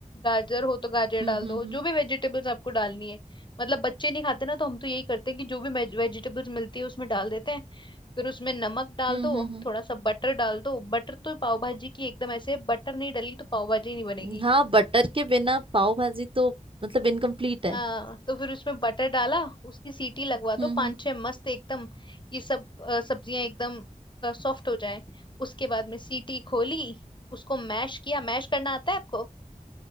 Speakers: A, on the left; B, on the right.
A: गाजर हो तो गाजर
B: हम्म
A: डाल
B: हम्म
A: दो
B: हम्म
A: जो भी वेजिटेबल्स आपको डालनी है मतलब बच्चे नहीं खाते ना तो हम तो यही करते हैं कि जो भी वेजिटेबल्स मिलती है उसमें डाल देते हैं फिर उसमें नमक डाल
B: हम्म
A: दो
B: हम्म, हम्म, हम्म,
A: थोड़ा सा बटर डाल दो बटर तो पाव भाजी की एकदम ऐसे बटर नहीं डली तो पाव भाजी नहीं बनेगी
B: हम्म। हाँ बटर के बिना पाव भाजी तो मतलब इनकम्प्लीट
A: हाँ
B: है
A: तो फिर उसमें बटर डाला उसकी सीटी लगवा दो
B: हम्म
A: पांच
B: हम्म
A: छह मस्त एकदम ये सब अ, सब्जियां एकदम सॉफ्ट हो जाए उसके बाद में सीटी खोली उसको मैश किया मैश करना आता है आपको